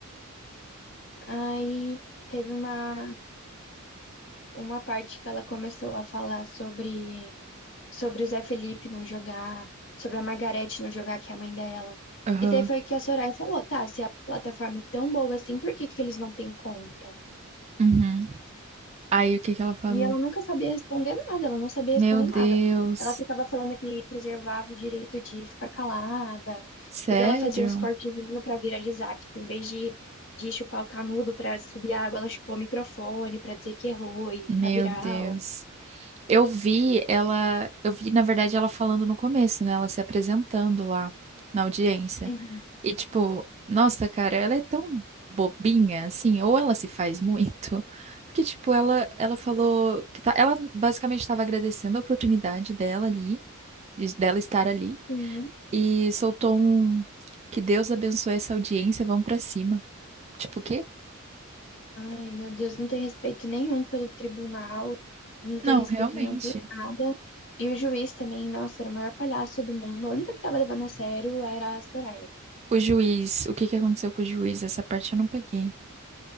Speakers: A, on the left; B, on the right.
A: Aí teve uma, uma parte que ela começou a falar sobre, sobre o Zé Felipe não jogar, sobre a Margarete não jogar, que é a mãe dela.
B: Aham.
A: E daí foi que a Soraya falou, tá, se a plataforma é tão boa assim, por que que eles não têm conta?
B: Uhum. Aí, o que que ela falou?
A: E ela nunca sabia responder nada, ela não sabia
B: Meu
A: responder
B: Deus,
A: nada. Ela ficava falando que preservava o direito de ficar calada,
B: sério?
A: e daí ela fazia uns cortezinhos pra viralizar, tipo, em vez de, de chupar o canudo pra subir a água, ela chupou o microfone pra dizer que errou e
B: Meu
A: ficar viral.
B: Deus. Eu vi ela, eu vi, na verdade, ela falando no começo, né? Ela se apresentando lá na audiência.
A: Uhum.
B: E tipo, nossa, cara, ela é tão bobinha, assim, ou ela se faz muito, <laughs> porque tipo, ela ela falou que tá, ela basicamente estava agradecendo a oportunidade dela ali, de- dela estar ali,
A: Sim.
B: e soltou um que Deus abençoe essa audiência, vamos pra cima. Tipo, o quê?
A: Ai, meu Deus, não tem respeito nenhum pelo tribunal, não tem
B: Não,
A: respeito
B: realmente.
A: nenhum por nada. E o juiz também, nossa, era o maior palhaço do mundo. A única que tava levando a sério era a Soraya.
B: O juiz, o que que aconteceu com o juiz? Essa parte eu não peguei.